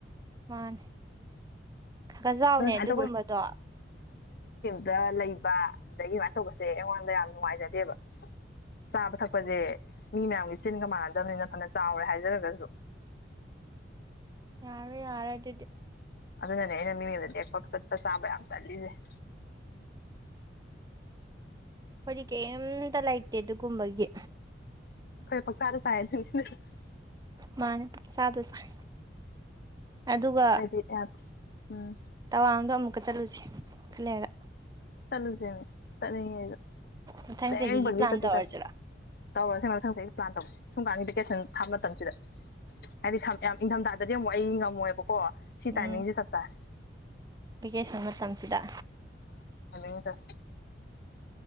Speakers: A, on the right; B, on the left.
A: ꯃꯥꯅꯦ ꯈꯒ ꯆꯥꯎꯅꯦ
B: ꯑꯗꯨꯅ ꯁꯨꯃꯥꯏꯅ
A: ꯑꯗꯨꯒꯨꯝꯕꯗꯣ
B: ꯗ ꯂꯩꯕ ꯑꯗꯒꯤ ꯑꯗꯨꯃꯥꯏ ꯇꯧꯕꯁꯦ ꯑꯩꯉꯣꯟꯗ ꯌꯥꯝ ꯅꯨꯡꯉꯥꯏꯖꯗꯦꯕ ꯆꯥꯕ ꯊꯛꯄꯁꯦ ꯃꯤ ꯃꯌꯥꯝꯒꯤ ꯆꯤꯟꯒ ꯃꯥꯟꯅꯗꯝꯅꯤꯅ ꯐꯅ ꯆꯥꯎꯔꯦ ꯍꯥꯏꯖꯔꯒꯁꯨ
A: ꯌꯥꯔꯔꯣꯏ ꯌꯥꯔꯔꯣꯏ ꯑꯗꯨꯗꯤ
B: ꯑꯗꯨꯅꯅꯦ ꯑꯩꯅ ꯃꯤꯌꯨꯝꯗ ꯂꯦꯛꯄ ꯆꯠꯄ ꯆꯥꯕ ꯌꯥꯝ ꯇꯜꯂꯤꯁꯦ <inaudible>
A: ꯗꯤ ꯀꯩꯝꯇ ꯂꯩꯇꯦ ꯑꯗꯨꯒꯨꯝꯕꯒꯤ
B: ꯈꯣꯏ ꯄꯪꯆꯥꯗ ꯆꯥꯏ ꯑꯗꯨꯅꯦ <unintelligible>
A: ꯃꯥꯅꯦ ꯄꯪꯆꯥꯗ ꯆꯥꯏ ꯑꯗꯨꯒ
B: ꯑꯩꯗꯤ ꯌꯥꯗꯦ ꯎꯝ
A: ꯇꯋꯥꯡꯗꯣ ꯑꯃꯨꯛꯀ ꯆꯠꯂꯨꯁꯤ ꯈꯂꯩꯔꯒ
B: ꯆꯠꯂꯨꯖꯦꯃꯦ ꯆꯠꯅꯤꯡꯉꯦ ꯑꯩꯁꯨ
A: ꯃꯊꯪ
B: ꯑꯁꯦꯡꯕꯒꯤ
A: ꯆꯍꯤꯒꯤ ꯄ꯭ꯂꯥꯟ
B: ꯆꯠꯇꯤ
A: ꯇꯧꯔꯁꯤꯔꯣ
B: ꯆꯠꯁꯦ ꯇꯧꯔꯁꯦ ꯃꯊꯪ ꯆꯍꯤ ꯄ꯭ꯂꯥꯟ ꯇꯧꯁꯦ ꯁꯨꯝꯀꯥꯟꯒꯤ ꯚꯦꯀꯦꯁꯟ ꯊꯥꯕ ꯃꯇꯝꯁꯤꯗ ꯍꯥꯏꯗꯤ ꯁꯝ ꯌꯥꯝ ꯏꯪꯊꯝꯊꯥꯗꯗꯤ ꯑꯃꯨꯛ ꯑꯩ ꯉꯝꯃꯣꯏꯕꯀꯣ ꯁꯤ ꯇꯥꯏꯃꯤꯡꯁꯦ
A: ꯎꯝ
B: ꯆꯞ ꯆꯥꯏ
A: ꯚꯦꯀꯦꯁꯟ ꯃꯇꯝꯁꯤꯗ
B: ꯗ <unintelligible>